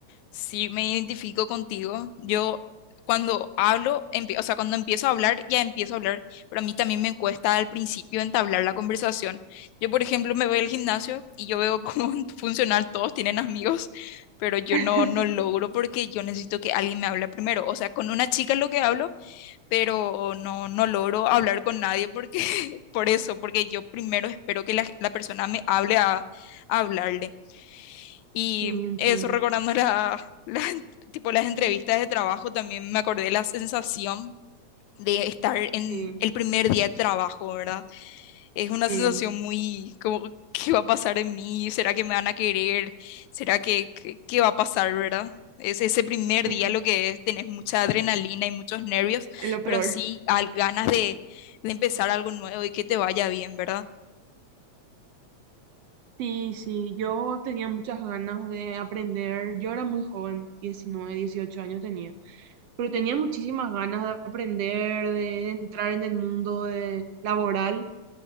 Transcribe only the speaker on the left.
Sí, me identifico contigo. Yo cuando hablo, empie- o sea, cuando empiezo a hablar, ya empiezo a hablar, pero a mí también me cuesta al principio entablar la conversación. Yo, por ejemplo, me voy al gimnasio y yo veo cómo <laughs> funcional todos tienen amigos, pero yo
no, no logro porque yo necesito que alguien me hable primero. O sea, con una chica es lo que hablo, pero no, no logro hablar con nadie porque, <laughs> por eso, porque yo primero espero que la, la persona me hable a a hablarle. Y
eso recordando la, la- <laughs> tipo, las entrevistas de trabajo, también me acordé de la sensación de estar en
el primer día de trabajo, ¿verdad? Es una
sensación muy como, ¿qué va a pasar en mí? ¿Será que me van a querer? ¿Será que, que- qué va a pasar, verdad? Es ese primer
día lo que es, tenés mucha adrenalina y muchos nervios,
pero sí al, ganas de, de empezar algo nuevo y que te vaya bien, ¿verdad?